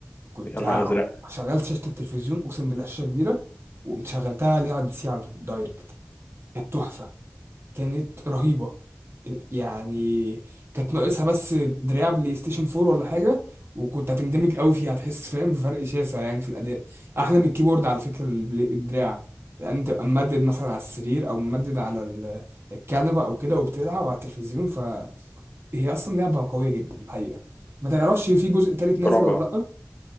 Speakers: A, on the right; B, on the left.
A: كنت
B: يا نهار
A: ع-
B: ازرق
A: شغلت شاشه التلفزيون اقسم بالله شاشه كبيره ومشغلتها عليها على البي سي على طول دايركت كانت تحفه كانت رهيبة يعني كانت ناقصها بس دراع بلاي ستيشن 4 ولا حاجة وكنت هتندمج قوي فيها هتحس فاهم بفرق شاسع يعني في الأداء أحلى من الكيبورد على فكرة البل- الدراع لأن تبقى ممدد مثلا على السرير أو ممدد على ال- الكنبة أو كده وبتلعب على التلفزيون فهي أصلا لعبة قوية جدا الحقيقة ما تعرفش في جزء تالت نازل
B: رعب
A: ولا
B: أهو.
A: لأ؟